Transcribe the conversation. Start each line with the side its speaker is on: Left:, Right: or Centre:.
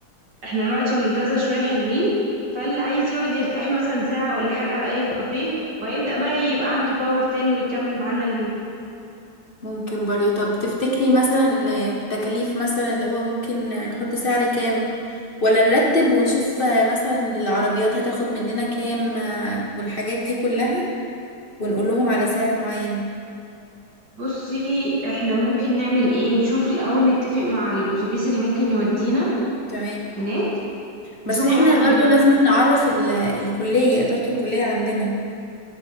Right: احنا نقعد في المنتزه شويه حلوين فاللي عايز يقعد يرتاح مثلا ساعه ولا حاجه على اي كافيه وهيبدا بقى يبقى عنده باور تاني ويكمل معانا اليوم
Left: ممكن برضه طب تفتكري مثلا التكاليف مثلا اللي هو ممكن نحط سعر كام ولا نرتب ونشوف مثلا العربيات هتاخد مننا كام آه، والحاجات دي كلها ونقول لهم على سعر معين
Right: بصي احنا ممكن نعمل ايه نشوف الاول نتفق مع الاتوبيس اللي ممكن يودينا
Left: تمام
Right: هناك
Left: بس
Right: نشوف
Left: احنا
Right: هياخد
Left: برضه
Right: مننا
Left: لازم نعرف ال- الكلية إدارة الكلية عندنا